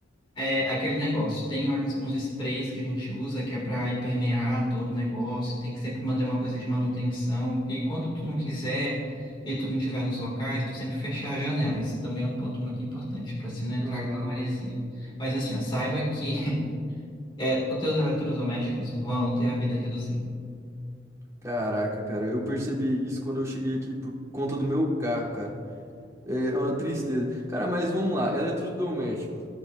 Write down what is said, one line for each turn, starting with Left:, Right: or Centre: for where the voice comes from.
Left: É aquele negócio. Tem umas- uns sprays que a gente usa que é para impermear todo o negócio. Tem que sempre mandar uma coisa de manutenção. E quando tu não quiser e tu não estiver nos locais, tu sempre fechar as janelas Isso também é um ponto muito importante para se não entrar
Right: Ah,
Left: aquela maresia. Mas assim, ó, saiba que <laughs> é, os teus eletrodomésticos vão ter a vida reduzida.
Right: caraca, cara, eu percebi isso quando eu cheguei aqui por conta do meu carro, cara. É é uma tristeza. Cara, mas vamos lá, eletrodomésticos.